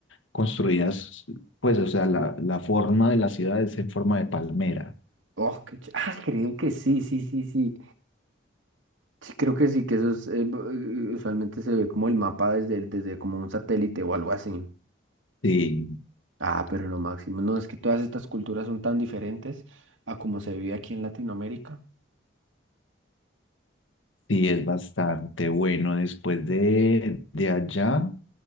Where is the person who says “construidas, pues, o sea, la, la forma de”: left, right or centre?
Left